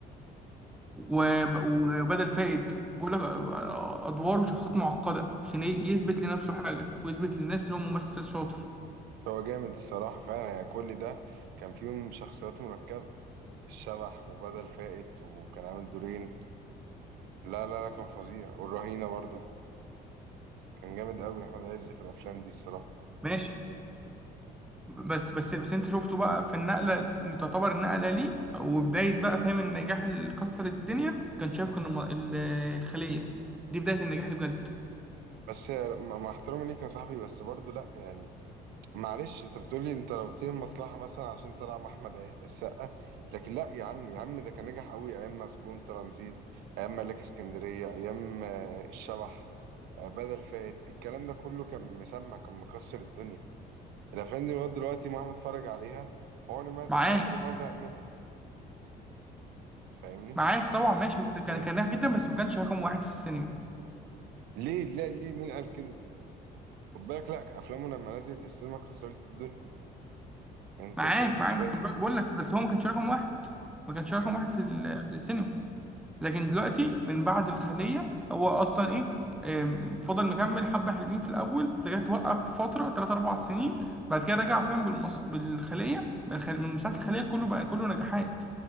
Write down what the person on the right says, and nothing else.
هو جامد الصراحة فعلا يعني كل ده كان فيهم شخصيات مركبة الشبح وبدل فائت وكان عامل دورين لا لا لا كان فظيع والرهينة برضو كان جامد قوي أحمد عز في الأفلام دي الصراحة
بس مع مع احترامي ليك يا صاحبي بس برضو لا يعني معلش انت بتقولي انت لو قلت لي المصلحه مثلا عشان طلع مع احمد السقا لكن لا يا عم يا عم ده كان نجح قوي ايام مسجون ترانزيت ايام ملاك اسكندريه ايام آه، الشبح آه، بدل فات الكلام ده كله كان مسمع كان مكسر الدنيا الافلام دي لغايه دلوقتي مهما اتفرج عليها عمري ما زهق
عمري ما زهق منها فاهمني
مم.
ليه لا ليه مين قال كده خد بالك لا افلامه لما نزلت السينما كسرت الدنيا انت
تلاقيك مش
فاكر
مم.